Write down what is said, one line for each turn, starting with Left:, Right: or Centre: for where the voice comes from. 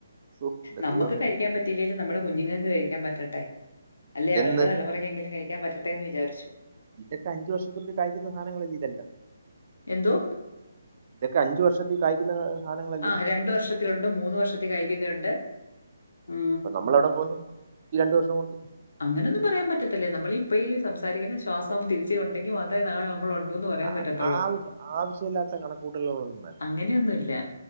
Right: ശോ എന്റെ
Left: നമ്മക്ക്
Right: ദൈവമേ
Left: കയി ക്കാപറ്റില്ലേലും നമ്മടെ കുഞ്ഞുങ്ങക്ക് കഴിക്കാൻ പറ്റട്ടെ അല്ലെ അവരടെ
Right: എന്ന്
Left: തലമുറേ ക്കെങ്കിലും കഴിക്കാൻ പറ്റട്ടേ എന്ന് വിചാരിച്ചു
Right: ഇതൊക്കെ അഞ്ച് വർഷത്തുള്ളി കയിക്കുന്നാ സാധങ്ങള് അല്ലേ ഇതേല്ലാം
Left: എന്തോ
Right: ഇതൊെ അഞ്ച് വർഷത്തി സൈറ്റില് സാധങ്ങ
Left: ആ് രണ്ട് വർഷത്തിലുണ്ട് മൂന്ന് വർഷത്തിൽ കഴിക്കുന്നുണ്ട് ഉ
Right: നമ്മളെവിടെ പോന്നു ഈ രണ്ടു വർഷം കൊണ്ട്.
Left: അങ്ങനെൊന്നും പറയാൻ പറ്റത്തില്ലേ നമ്മളിപ്പ ഈ സംസാരിക്കുന്ന ശ്വാസം തിരിച്ചുണ്ടെങ്കിൽ മാത്രമേ നാളെ നമ്മള പറയാൻ
Right: ആ-
Left: പറ്റത്തുള്ളൂ
Right: ആവശ്യ ആവശ്യമില്ലാത്ത കണക്കൂട്ടലുകളൊന്നും വേണ്ട
Left: അങ്ങനെയൊന്നുംല്ല